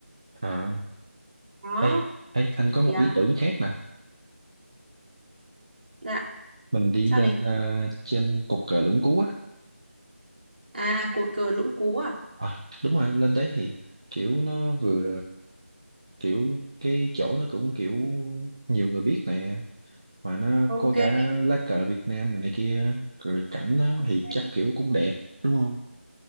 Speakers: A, on the right (about 25°); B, on the right (about 50°).
A: à
B: đó
A: ê, ê anh có một
B: thì à,
A: ý tưởng khác nè
B: dạ
A: mình đi
B: sao
A: lên
B: này
A: ờ, trên cột cờ Lũng Cú á
B: à cột cờ Lũng Cú à
A: à đúng rồi lên đấy thì kiểu nó vừa kiểu cái chỗ nó cũng kiểu nhiều người biết nè mà nó
B: ok
A: có cả lá cờ Việt Nam này, này kia rồi cảnh nó
B: ok
A: thì chắc kiểu cũng đẹp đúng không